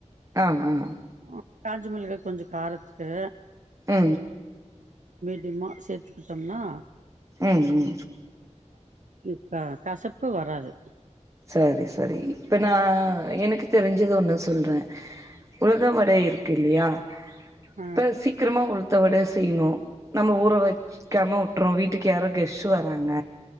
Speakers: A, on the right; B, on the right.
A: ஆ ஆ ம்
B: ஆ காஞ்ச மொளுகா கொஞ்ச காரத்துக்கு
A: ஆ
B: திம்மா செர் தோம்னா
A: ஆ ம்
B: இப்பே கசப்பு வராது
A: செரி செரி இப்ப நா எனக்கு தெரிஞ்சது ஒண்ணு சொல்றே உளுக வடை இருக்கில்லியா
B: ஆ
A: பே சீக்கிரமா உ பாத்தவுட செய்யணும் நம்ம ஊற வைக்காம வுட்டுறோம் வீட்டுக்கு யாராவது கெஸ்ட்ட் வராங்க